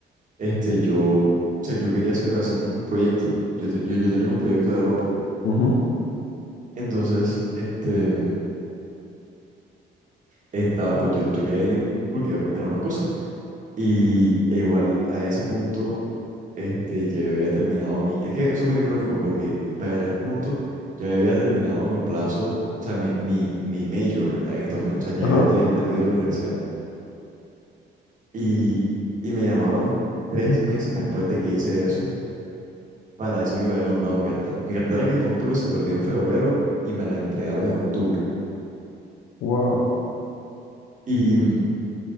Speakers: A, on the right; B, on the left.
A: este, yo, o sea, yo quería hacer, hacer un proyecto. Yo, te- yo, yo tenía un proyecto de ropa.
B: Ujú.
A: Entonces, este, estaba, pues yo, yo quería venir porque iba a coordinar unas cosas. Y e igual a ese punto, este, ya yo había terminado mi... Es que eso fue irónico porque para ese punto ya yo había terminado mi plazo, o sea, mi, mi, mi major en Estados Unidos, o sea, ya
B: Ajá.
A: yo, yo había salido de la universidad. Y, y me llamaron tres meses después de que hice eso para decir que había encontrado mi cartera. Mi cartera que punto que se perdió en febrero y me la entregaron en octubre.
B: Wow.
A: Y mm,